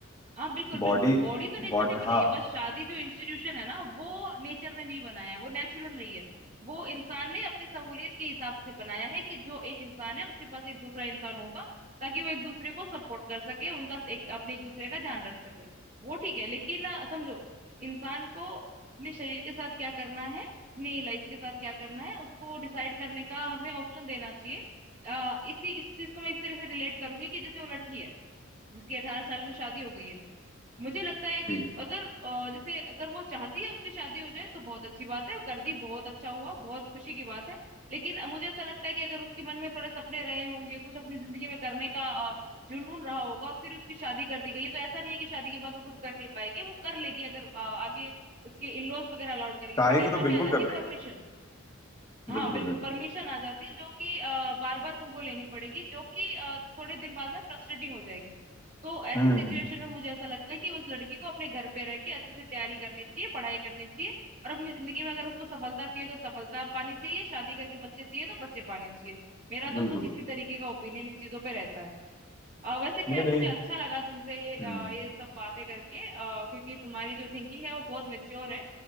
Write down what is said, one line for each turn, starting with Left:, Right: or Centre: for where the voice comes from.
Right: हाँ बिल्कुल
Left: बॉडी
Right: बिल्कुल बॉडी तो नेचर
Left: बॉडी
Right: ने बनाई
Left: हाँ
Right: है बस शादी जो इंस्टीट्यूशन है ना वो नेचर ने नहीं बनाया है वो नेचुरल नहीं है वो इंसान ने अपनी सहूलियत के हिसाब से बनाया है कि जो एक इंसान है उसके पास एक दूसरा इंसान होगा ताकि वो एक दूसरे को सपोर्ट कर सके उनका एक अपने एक दूसरे का ध्यान रख सके वो ठीक है लेकिन अ, समझो इंसान को अपने शरीर के साथ क्या करना है अपनी लाइफ के साथ क्या करना है उसको डिसाइड करने का हमें ऑप्शन देना चाहिए अ, इसी इस चीज को मैं इस तरह से रिलेट करूंगी कि जैसे वो लड़की है जिसकी अठारह साल में शादी हो गई है मुझे लगता है कि
Left: जी
Right: अगर अ, जैसे अगर वो चाहती है उसकी शादी हो जाए तो बहुत अच्छी बात है कर दी बहुत अच्छा हुआ बहुत खुशी की बात है लेकिन अ, मुझे ऐसा लगता है कि अगर उसके मन में थोड़े सपने रहे होंगे कुछ अपनी जिंदगी में करने का अ, जुनून रहा होगा और फिर उसकी शादी कर दी गई है तो ऐसा नहीं है कि शादी के बाद वो कुछ कर नहीं पाएगी वो कर लेगी अगर अ, आगे उसके इन लॉज वगैरह अलाउड करेंगे
Left: चाहेगी
Right: बट यहाँ
Left: तो बिल्कुल
Right: पे आ जाती
Left: कर
Right: है
Left: देगी
Right: परमिशन हाँ
Left: बिल्कुल
Right: बिल्कुल
Left: बिल्कुल
Right: परमिशन
Left: बिल्कुल
Right: आ जाती है जो कि बार बार तुमको लेनी पड़ेगी जो कि अ, थोड़े दिन बाद में फ्रस्ट्रेटिंग हो जाएगी तो ऐसी
Left: हम्म
Right: सिचुएशन
Left: हम्म,
Right: में मुझे ऐसा लगता है कि उस लड़की को अपने घर पे रह के अच्छे से तैयारी करनी चाहिए पढ़ाई करनी चाहिए और अपनी जिंदगी में अगर उसको सफलता चाहिए तो सफलता पानी चाहिए शादी करके बच्चे चाहिए तो बच्चे पाने चाहिए मेरा
Left: बिल्कुल
Right: तो कुछ इसी
Left: बिल्कुल
Right: तरीके का ओपिनियन इन चीजों पे रहता है अ, वैसे खैर
Left: नहीं नहीं
Right: मुझे अच्छा लगा तुमसे
Left: हम्म
Right: अ, ये सब बातें करके अ, क्योंकि तुम्हारी जो थिंकिंग है वो बहुत मेच्योर है